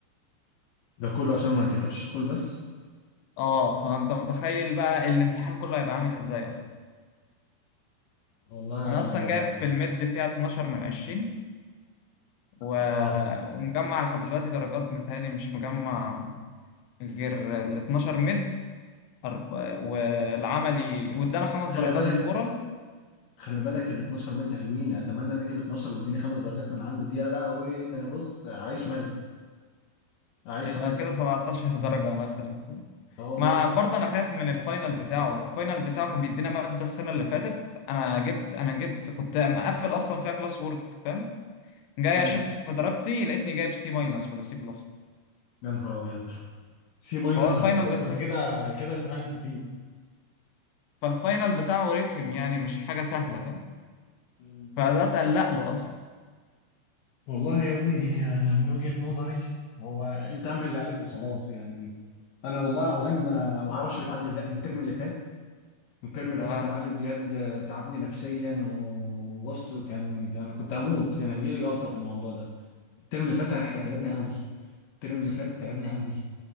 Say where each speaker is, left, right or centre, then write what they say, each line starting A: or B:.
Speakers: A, on the left; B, on the left.
A: ده كله عشان ما كتبش الكل بس
B: اه فانت متخيل بقى الامتحان كله هيبقى عامل ازاي اصلا
A: والله
B: انا اصلا
A: هو
B: جايب في المد فيها 12 من 20 و...
A: اه
B: ومجمع لحد دلوقتي درجات متهيألي مش مجمع غير ال 12 مد أرب... والعملي وادانا خمس
A: خلي
B: درجات
A: بالك
B: الاورال
A: خلي بالك ال 12 مد حلوين اتمنى انا اجيب 12 واديني خمس درجات من عنده دي يا لهوي ده انا بص عايش ملك عايش
B: يبقى
A: ملك
B: كده
A: كده
B: 17 <laughs> درجة مثلا
A: اه والله
B: ما برضه انا خايف من الفاينل بتاعه الفاينل بتاعه كان بيدينا مادة السنة اللي فاتت انا جبت انا جبت كنت مقفل اصلا فيها كلاس وورك فاهم جاي
A: امم
B: اشوف درجتي لقيتني جايب سي ماينس ولا سي بلس
A: يا نهار ابيض سي ماينس
B: فهو الفاينل
A: ولا سي بلس
B: بتاع
A: ده انت كده كده اتهنت فيه
B: فالفاينل بتاعه رخم يعني مش حاجة سهلة فاهم
A: مم.
B: فده تقلق له اصلا
A: والله يا ابني انا من وجهة نظري هو انت اعمل اللي عليك وخلاص يعني انا والله العظيم ما ما اعرفش بتعدي ازاي أنا الترم اللي فات الترم اللي
B: اه
A: فات يا علي بجد تعبني نفسيا وبص كان كان كنت هموت كان هيجي لي جلطة في الموضوع ده الترم اللي فات احنا
B: اه
A: تعبنا قوي الترم اللي فات تعبنا قوي